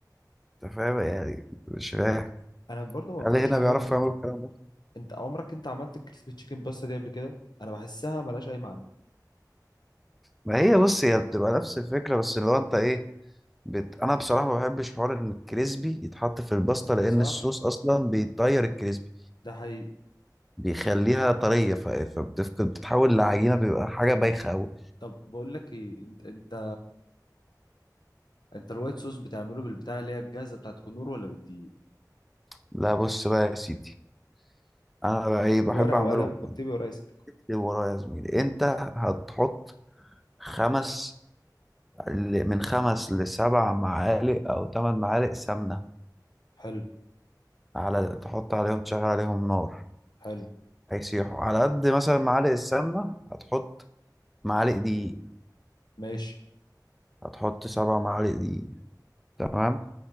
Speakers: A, in the centre; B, on the left.
A: انت فاهم يعني مش فاهم
B: انا برضو ما
A: هل
B: بفهمش
A: هنا
B: حوار
A: بيعرفوا
B: ال...
A: يعملوا الكلام ده
B: انت عمرك انت عملت الكريسبي تشيكن باستا دي قبل كده انا بحسها ملهاش اي معنى
A: ما هي بص هي بتبقى نفس الفكرة بس لو انت ايه بت... انا بصراحه ما بحبش حوار ان الكريسبي يتحط في الباستا لان
B: صح
A: الصوص اصلا بيطير الكريسبي
B: ده حقيقي
A: بيخليها طريه ف... فبتفقد بتتحول لعجينه بيبقى حاجه بايخه قوي
B: طب بقول لك ايه انت انت انت الوايت صوص بتعمله بالبتاع اللي هي الجاهزه بتاعت كنور ولا بالدقيق
A: لا بص بقى يا سيدي انا بقى ايه بحب
B: ورقة
A: اعمله
B: وقلم واكتبي ورايا ست الكل
A: اكتب ورايا يا زميلي انت هتحط خمس ل- من خمس لسبع معالق او ثمان معالق سمنه
B: حلو
A: على تحط عليهم تشغل عليهم نار
B: حلو
A: هيسيحوا على قد مثلا معالق السمنه هتحط معالق دقيق
B: ماشي
A: هتحط سبع معالق دقيق تمام